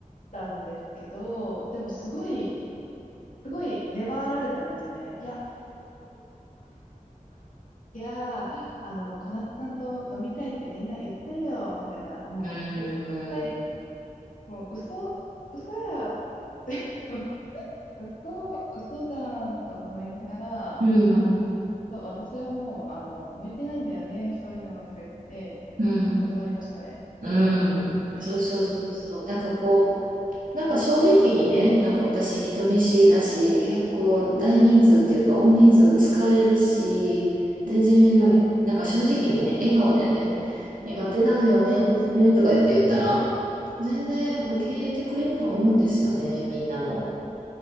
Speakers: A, on the left; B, on the right.
A: たんですけど、でもすごい、すごい粘られたんですよね。いやいやー、あの、小夏さんと飲みたいってみんな言ってるよ、みたいな、もう、
B: うん。
A: 絶対、もう、嘘、嘘やって <laughs> 嘘、嘘じゃんと思いながら、
B: うん。
A: あ、そう、私はもう、あの、向いてないんだよね、そういうの、とか言って、
B: うん。
A: 断りましたね、
B: う
A: 今回は。
B: んそうそうそうそう。なんかこう、なんか正直にね、なんか私人見知りだし、結構大人数っていうか大人数疲れるし、全然、
A: はい。
B: なんか正直にね、笑顔でね、苦手なのよね、
A: あ、そうですね。
B: とか言って言ったら、全然受け入れてくれると思うんですよね、みんなも。